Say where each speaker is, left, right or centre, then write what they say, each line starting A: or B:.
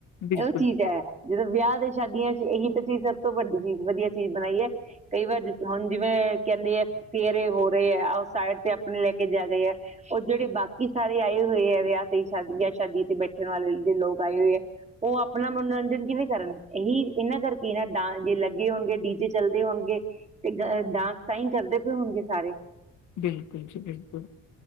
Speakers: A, on the left; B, on the right.
A: ਬਿਲਕੁਲ
B: ਓਹ ਚੀਜ਼ ਹੈ ਜਦੋਂ ਵਿਆਹ ਦੇ ਸ਼ਾਦੀਆਂ ਚ ਇਹੀ ਤਾਂ ਚੀਜ਼ ਸਭ ਤੋਂ ਵੱਡੀ ਚੀਜ਼ ਵਧੀਆ ਚੀਜ਼ ਬਣਾਈਏ ਕਈ ਵਾਰ ਹੁਣ ਜਿਵੇਂ ਕਹਿੰਦੇ ਹੈ ਫੇਰੇ ਹੋ ਰਹੇ ਹੈ ਆਓ ਸਾਈਡ ਤੇ ਆਪਣੇ ਲੈ ਕੇ ਜਾ ਗਏ ਹੈ ਉਹ ਜਿਹੜੇ ਬਾਕੀ ਸਾਰੇ ਆਏ ਹੋਏ ਹੈ ਵਿਆਹ ਤੇ ਸ਼ ਵਿਆਹ ਸ਼ਾਦੀ ਤੇ ਬੈਠਣ ਵਾਲੇ ਜ ਲੋਕ ਆਏ ਹੋਏ ਹੈ ਓਹ ਆਪਣਾ ਮਨੋਰੰਜਨ ਕਿਵੇਂ ਕਰਨ ਇਹੀ ਇਹਨਾਂ ਕਰਕੇ ਨਾ ਡ ਜੇ ਲੱਗੇ ਹੋਣਗੇ ਡੀਜੇ। ਚੱਲਦੇ ਹੋਣਗੇ ਤੇ ਡਾਂਸ ਤਾਂ ਹੀ ਕਰਦੇ ਪਏ ਹੋਣਗੇ ਸਾਰੇ।
A: ਬਿਲਕੁਲ ਜੀ ਬਿਲਕੁਲ।